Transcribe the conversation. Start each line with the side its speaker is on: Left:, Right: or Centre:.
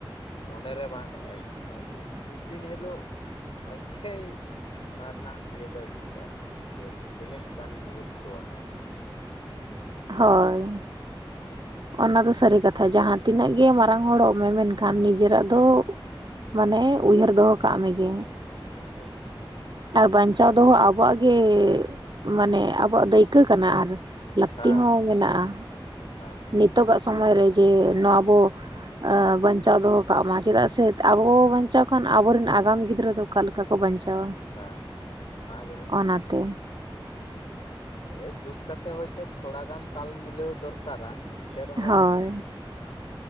Left: ᱢᱚᱱᱮ ᱨᱮ ᱵᱟᱝ ᱦᱮᱡ ᱟᱭᱟᱹᱜᱼᱼ ᱢᱤᱫ ᱫᱤᱱ ᱦᱤᱞᱳᱜ ᱟᱡᱷᱟᱭ ᱚᱱᱟ ᱨᱮᱱᱟᱜ ᱤᱭᱟᱹ ᱫᱚᱭ ᱵᱩᱡᱟ ᱡᱮ ᱛᱤᱱᱟᱹᱜ ᱜᱟᱱ ᱜᱩᱨᱩᱛᱚᱣᱟ ᱱᱚᱣᱟ᱾
Right: ᱦᱳᱭ᱾ ᱚᱱᱟ ᱫᱚ ᱥᱟᱹᱨᱤ ᱠᱟᱛᱷᱟ ᱡᱟᱦᱟᱸ ᱛᱤᱱᱟᱹᱜ ᱜᱮ ᱢᱟᱨᱟᱝ ᱦᱚᱲᱚᱜ ᱢᱮ ᱢᱮᱱᱠᱷᱟᱱ ᱱᱤᱡᱮᱨᱟᱜ ᱫᱚᱼᱼ ᱢᱟᱱᱮ ᱩᱭᱦᱟᱹᱨ ᱫᱚᱦᱚ ᱠᱟᱜ ᱢᱮᱜᱮ
Left: ᱚᱵᱚᱥᱚ
Right: ᱟᱨ ᱵᱟᱧᱪᱟᱣ ᱫᱚᱦᱚ ᱟᱵᱚᱣᱟᱜ ᱜᱮ ᱢᱟᱱᱮ ᱟᱵᱚᱣᱟᱜ ᱫᱟᱹᱭᱠᱟᱹ ᱠᱟᱱᱟ ᱟᱨᱼᱼ ᱞᱟᱹᱠᱛᱤ
Left: ᱦᱮᱸ
Right: ᱦᱚᱸ ᱢᱮᱱᱟᱜᱼᱟ
Left: ᱦᱮᱸ
Right: ᱱᱤᱛᱚᱜᱟᱜ ᱥᱚᱢᱚᱭ ᱨᱮ ᱡᱮ ᱱᱚᱣᱟ ᱟᱵᱚ, ᱵᱟᱧᱪᱟᱣ ᱫᱚᱦᱚ ᱠᱟᱜ ᱢᱟ ᱪᱮᱫᱟᱜ ᱥᱮ ᱟᱵᱚ ᱵᱟᱧᱪᱟᱣ ᱠᱷᱟᱱ ᱟᱵᱚᱨᱮᱱ ᱟᱜᱟᱢ ᱜᱤᱫᱽᱨᱟᱹ ᱫᱚ, ᱚᱠᱟ ᱞᱮᱠᱟ ᱠᱚ ᱵᱟᱧᱪᱟᱣᱟ,
Left: ᱦᱮᱸ ᱚᱱᱟᱜᱮ ᱦᱩᱭᱩᱜ ᱠᱟᱱᱟ,
Right: ᱚᱱᱟᱛᱮ
Left: ᱦᱮᱸ ᱡᱩᱜᱽ ᱥᱟᱛᱮᱜ ᱦᱳᱭᱛᱳ ᱛᱷᱚᱲᱟ ᱜᱟᱱ ᱛᱟᱞ ᱢᱤᱞᱟᱹᱣ ᱫᱚᱨᱠᱟᱨᱟ ᱮᱱᱛᱮ ᱨᱮᱦᱚᱸ
Right: ᱦᱳᱭ
Left: ᱡᱟᱦᱟᱸ ᱱᱟᱜ